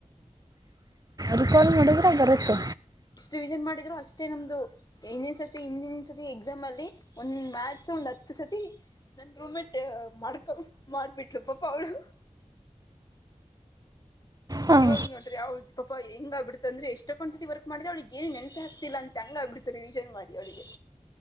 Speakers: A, on the right; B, on the left.
A: ರಿಕಲ್ ಮಾಡಿದ್ರೆ ಬರುತ್ತೆ
B: ಎಷ್ಟಟ್ ರಿವಿಷನ್ ಮಾಡಿದ್ರು ಅಷ್ಟೇ ನಮ್ದು ಇಂದನ್ ಸರ್ತಿ ಇಂದನ್ ಸತಿ ಎಕ್ಸಾಮ್ ಅಲ್ಲಿ ಒಂದ ಮ್ಯಾಥ ಒಂದು ಹತ್ತು ಸತಿ ನನ್ ರೂಮೇಟ್ ಮಾಡ್ಕೊ ಮಾಡ್ಬಿಟ್ಲು ಪಾಪ ಅವಳು
A: ಹಾಂ
B: ಇವಾಗ ನೋಡ್ರಿ ಅವಳದು ಪಪಾ ಹೆಂಗ್ಬ ಬಿಡ್ತಂದ್ರೆ ಎಷ್ಟಕ್ಕಂದ್ಸತಿ ವರ್ಕ್ ಮಾಡ್ದೆ ಅವಳಿಗ ಏನ್ ನೆನಪ್ ಹಾಕ್ತಿಲ್ಲ ಹಂಗ ಹಾಗ ರಿವಿಷನ್ ಮಾಡಿ ಅವಳಿಗೆ